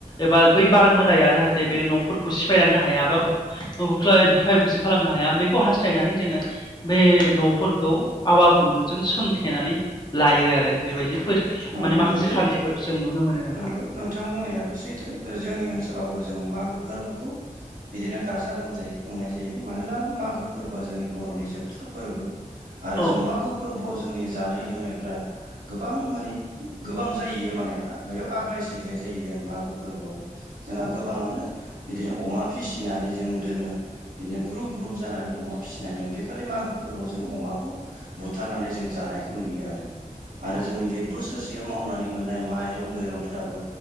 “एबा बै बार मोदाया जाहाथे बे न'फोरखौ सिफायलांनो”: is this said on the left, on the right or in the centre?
Left